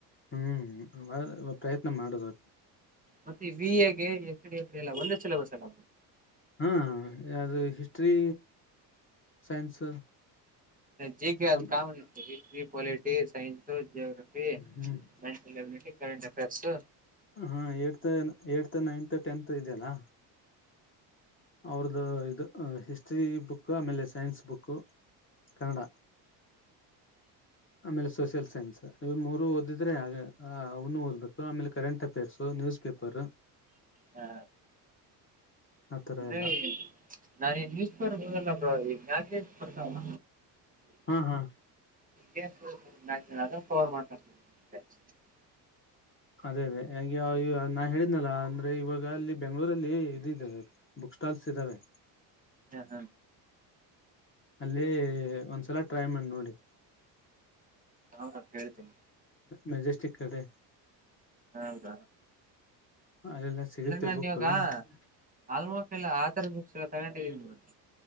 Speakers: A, on the left; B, on the right.
A: ಹ್ಮ್ ಬ ಪ್ರಯತ್ನ ಮಾಡದು ಒಟ್
B: ಮತ್ತೆ ವಿ ಎ ಗೆ ಎಸ್ ಡಿ ಎಫ್ ಡಿ ಎಲ್ಲ ಒಂದೇ ಸಿಲೆಬಸ್ ಅಲ್ಲ.
A: ಹ್ಮ್ ಅದು ಹಿಸ್ಟ್ರಿ ಸೈನ್ಸ್.
B: ಜಿ ಕೆ ಅದು
A: ಹ್ಮ್
B: ಕಾಮನ್ ಇರತ್ತೆ ಹಿಸ್ಟ್ರಿ ಪೊಲಿಟಿ ಸೈನ್ಸ್. ಸು ಜೋಗ್ರಾಫಿ
A: ಹ್ಮ್
B: ಮೆಂಟಲ್ ಎಬಿಲಿಟಿ ಕರೆಂಟ್ ಅಫೇರ್ಸು.
A: ಹ್ಮ್ ಹ್ಮ್ ಏಟ್ತ್ ಏಟ್ತ್ ನೈನ್ತ್ ಟೆಂತ್ ಇದೆಯಲ್ಲ. ಅವ್ರದು ಇದು ಹಿಸ್ಟ್ರಿ ಬುಕ್ ಆಮೇಲೆ ಸೈನ್ಸ್ ಬುಕ್. ಕನ್ನಡ. ಆಮೇಲೆ ಸೋಷಿಯಲ್ ಸೈನ್ಸ್ ಇ ಮೂರು ಓದಿದ್ರೆ ಅಗ ಅವನು ಓದ್ಬೇಕು ಆಮೇಲೆ ಕರೆಂಟ್ ಟಪೇರ್ಸು ನ್ಯೂಸ್ ಪೇಪರು.
B: ಹಾ
A: ಆತರ
B: ಅಂದ್ರೆ
A: ಎಲ್ಲ
B: ನಾನೇನ್ ನ್ಯೂಸ್ ಪೇಪರ್ ಓದಲ್ಲಪ ಬ್ರೊ ಈ ಪ್ಯಾಕೇಜ್ ಬರ್ತಾವಲ.
A: ಹಾಂ ಹಾಂ
B: <unintelligible> ಫೋನ್ ಮಾಡಾತಿ. <unintelligible>
A: ಅದೇ ಅದೇ ಹ ಯ ಯ ನಾ ಹೇಳಿದ್ನಲ್ಲ ಅಂದ್ರೆ ಇವಾಗ ಅಲ್ಲಿ ಬೆಂಗ್ಳೂರಲ್ಲಿ ಇದುದೆ. ಬುಕ್ ಸ್ಟಲ್ಸ ಇದಾವೆ.
B: ಹಾ ಹಾ.
A: ಅಲ್ಲಿ ಒಂದ್ಸಲ ಟ್ರೈ ಮಾಡಿ ನೋಡಿ.
B: ಹಾ ಹೇಳ್ತೀನಿ.
A: ಮೆಜೆಸ್ಟಿಕ್ ಕಡೆ.
B: ಹೌದ.
A: <unintelligible>
B: ಅಂದ್ರೆ ನಾನು
A: ಬುಕ್
B: ಇವಾಗ
A: ಹಾ
B: ಆಲ್ಮೋಸ್ಟ್ ಎಲ್ಲ ಆಥಾರ್ ಬುಕ್ಸ್ ಎಲ್ಲ ತಗೊಂಡಿದೀನಿ ಬ್ರೋ.